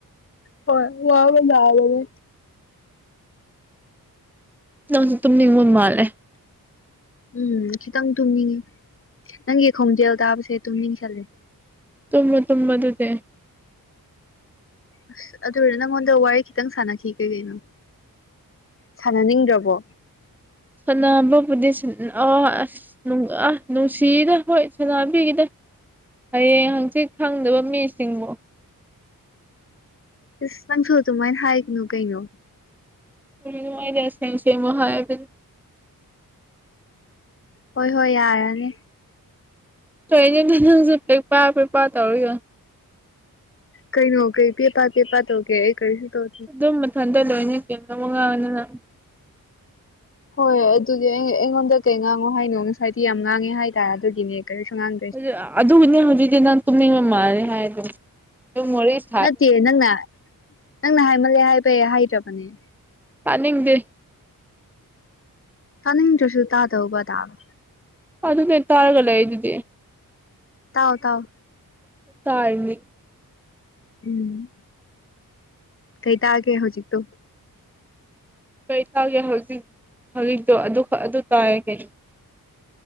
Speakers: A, on the left; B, in the centre.
A: ꯍꯣꯏ ꯋꯥꯕꯇꯕꯅꯤ
B: ꯅꯪꯁꯨ ꯇꯨꯝꯅꯤꯡꯕ ꯃꯥꯜꯂꯦ
A: ꯎꯝ ꯈꯤꯇꯪ ꯇꯨꯝꯅꯤꯡꯉꯤ ꯅꯪꯒꯤ ꯈꯣꯡꯖꯦꯜ ꯇꯥꯕꯁꯦ ꯇꯨꯝꯅꯤꯡꯁꯜꯂꯦ
B: ꯇꯂꯤ ꯇꯨꯝꯃꯣ ꯑꯗꯨꯗꯤ
A: ꯑꯁ ꯑꯗꯨꯔ ꯅꯪꯉꯣꯟꯗ ꯋꯥꯔꯤ ꯈꯤꯇꯪ ꯁꯥꯟꯅꯈꯤꯒꯦ ꯀꯩꯅꯣ ꯁꯥꯟꯅꯅꯤꯡꯗ꯭ꯔꯕꯣ
B: ꯁꯥꯅꯕꯕꯨꯗꯤ ꯁꯥꯟ ꯑꯣ ꯑꯁ ꯅꯨ ꯑꯥ ꯅꯨꯡꯁꯤꯗ ꯍꯣꯏ ꯁꯅꯥꯕꯤꯒꯦꯗ ꯍꯌꯦꯡ ꯍꯪꯆꯤꯠ ꯈꯪꯗꯕ ꯃꯤꯁꯤꯡꯕꯨ
A: ꯑꯁ ꯅꯪꯁꯨ ꯑꯗꯨꯃꯥꯏꯟ ꯍꯥꯏꯒꯅꯨ ꯀꯩꯅꯣ
B: ꯀꯔꯤꯅꯣ ꯑꯩꯗꯤ ꯑꯁꯦꯡ ꯑꯁꯦ ꯍꯥꯏꯕꯅꯤ
A: ꯍꯣꯏ ꯍꯣꯏ ꯌꯥꯔꯅꯤ
B: ꯀꯩꯅꯣꯗ ꯅꯪꯁꯨ ꯄꯦ ꯄꯥ ꯄꯦꯄꯥ ꯇꯧꯔꯒ
A: ꯀꯩꯅꯣ ꯀꯩ ꯄꯦ ꯄꯥ ꯄꯦ ꯄꯥ ꯇꯧꯒꯦ ꯑꯩ ꯀꯔꯤꯁꯨ ꯇꯧ
B: ꯑꯗꯨꯝ ꯃꯊꯟꯇ ꯂꯣꯏꯅ ꯀꯦꯝꯅꯕ ꯉꯥꯡꯗꯅ
A: ꯍꯣꯏ ꯑꯗꯨꯗꯤ ꯑꯩ ꯑꯩꯉꯣꯟꯗ ꯀꯩ ꯉꯥꯡꯉꯣ ꯍꯥꯏꯅꯣ ꯉꯁꯥꯏꯗꯤ ꯌꯥꯝ ꯉꯥꯡꯉꯦ ꯍꯥꯏꯇꯥꯏ ꯑꯗꯨꯒꯤꯅꯦ ꯀꯔꯤꯁꯨ ꯉꯥꯡ
B: ꯑꯗꯨ ꯑꯗꯨꯒꯤꯅꯦ ꯍꯧꯖꯤꯛꯇꯤ ꯅꯪ ꯇꯨꯝꯅꯤꯡꯕ ꯃꯥꯜꯂꯦ ꯍꯥꯏꯗꯣ ꯗꯨꯝ ꯋꯥꯔꯤꯁ
A: ꯅꯠꯇꯦ ꯅꯪꯅ ꯅꯪꯅ ꯍꯥꯏꯃꯜꯂꯦ ꯍꯥꯏꯕꯩ ꯍꯥꯏꯗ꯭ꯔꯕꯅꯦ
B: ꯇꯅꯤꯡꯗꯦ
A: ꯇꯥꯅꯤꯡꯗ꯭ꯔꯁꯨ ꯇꯥꯗꯧꯕ ꯇꯥꯕ
B: ꯑꯗꯨꯅꯦ ꯇꯔꯒ ꯂꯩꯗꯨꯗꯤ
A: ꯇꯥꯎ ꯇꯥꯎ
B: ꯇꯥꯥꯏꯃꯤ
A: ꯎꯝ ꯀꯩ ꯇꯥꯒꯦ ꯍꯧꯖꯤꯛꯇꯣ
B: ꯀꯩ ꯇꯒꯦ ꯍꯧꯖꯤꯛ ꯍꯧꯖꯤꯛꯇꯣ ꯑꯗꯨꯈꯛ ꯑꯗꯨ ꯇꯥꯏ ꯀꯩꯁꯨ